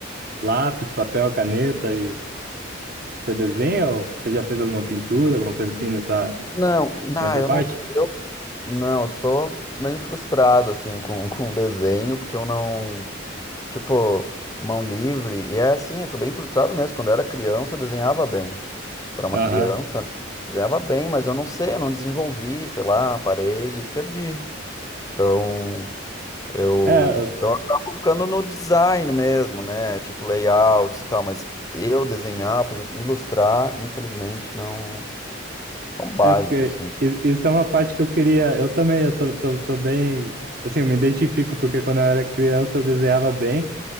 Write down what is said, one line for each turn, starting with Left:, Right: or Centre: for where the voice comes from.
Right: lápis, papel, caneta? E você desenha ou você já fez alguma pintura, alguma coisa assim nessa,
Left: não, não,
Right: nessa
Left: eu
Right: parte?
Left: não, eu não, eu sou meio frustrado assim com com desenho, porque eu não Tipo, mão livre. E é assim, eu sou bem frustrado mesmo. Quando eu era criança, eu desenhava bem. Para uma
Right: Aham.
Left: criança, né? eu desenhava bem, mas eu não sei, eu não desenvolvi, sei lá, parei e perdi. Então, eu,
Right: É,
Left: então eu acabo ficando no design mesmo, né? Tipo layouts e tal, mas eu desenhar, por exemplo, ilustrar, infelizmente não, só um básico
Right: É, porque
Left: assim.
Right: i- isso é uma parte que eu queria. Eu também, eu tô, tô, tô bem. Assim, eu me identifico, porque quando eu era criança eu desenhava bem.